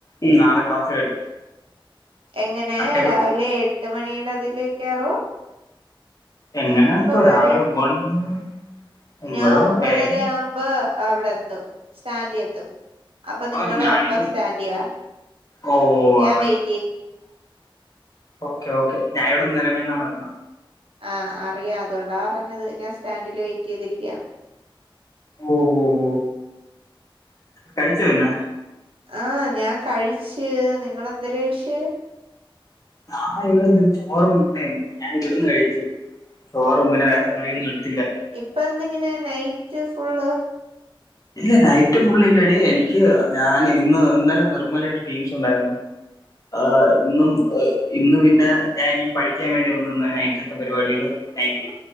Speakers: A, on the left; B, on the right.
A: ഉം നാളെക്ലാസ് വരും
B: എങ്ങനെ
A: ഇവിടെ
B: രാവിലെഎട്ട്മണിയുടെ അതിലേക്കാറോ? അതോഒമ്പതരെ
A: എങ്ങനെ എന്തോ രാവിലെ ഒമ്പത് മണി ഒമ്പതോ
B: ഞാഒമ്പതരാ
A: ഏഴോ
B: വ്മ്പോ അവ്ടെത്തും സ്റ്റാന്റിയത്തും അപ്പൊ നിങ്ങളും
A: ആ ഞാനും
B: അപ്പ സ്റ്റാന്റിവാ
A: ഓ ഓ
B: ഞാൻ
A: ആ
B: വെയ്
A: ഒക്കെഒക്കെ ഞാൻവിട്ന്ന് നെലമേന്നാണ് വെര്ന്നെ
B: ആഹ് അറിയാം അതുകൊണ്ടാപറഞ്ഞത് ഞാൻസ്റ്റാൻഡില് വെയിറ്റ്യ്തിരിക്കാന്ന്
A: വൊ വൊ വൊ കഴിച്ചോപിന്നെ?
B: ആഹ്‌ ഞാൻകഴിച്ച് നിങ്ങളെന്തര്കഴിച്ച്?
A: ഞാൻ ഇവിടെന്തരു ചോറും മുട്ടേം ഞാൻ ഇവിടുന്ന് കഴിച്ച് ചോറുംപിന്നെവേറെകറിയിന്നുംട്ത്തില്ല
B: ഇപ്പന്ത്ങ്ങനെ നൈറ്റ്ഫുള്ള്?
A: ഇല്ല നൈറ്റ് ഫുള്ള്ല്ലടി എനിക്ക് ഞാന് ഇന്ന് ഇന്നലെ നിർമ്മലയുടെ ടീംസ്ണ്ടായിരുന്നു ആഹ് ഇന്നും ഇന്ന് പിന്നെ ഞായെനിക്ക് പഠിക്കാൻ വേണ്ടി വന്നു നിന്ന നൈറ്റ്‌ത്തെ പരിപാടിയ്ള് നൈറ്റ്